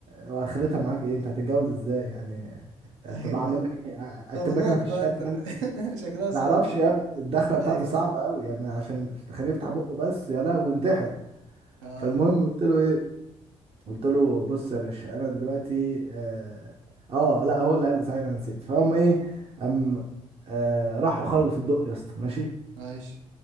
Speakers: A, on the right; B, on the right.
A: واخرتها معاك ايه انت هتتجوز ازاي يعني يعني
B: ايوه
A: طب اعمل
B: أيوة.
A: لك إيه؟ اكتب
B: صالونات
A: لك انا في الشات
B: بقى انت فا-
A: يعني
B: <laughs> شكلها صالونات
A: ما اعرفش يا ابني
B: بقى
A: الدخله بتاعته
B: ايوه
A: صعبه قوي يعني عشان تخليه يفتح بقه بس يا لهوي ينتحر
B: اه
A: فالمهم قلت له ايه قلت له بص يا باشا انا دلوقتي اه, آه لا هو اللي قال لي صحيح انا نسيت فهم ايه هم آه راحوا خرجوا في الدق يا اسطى ماشي
B: ماشي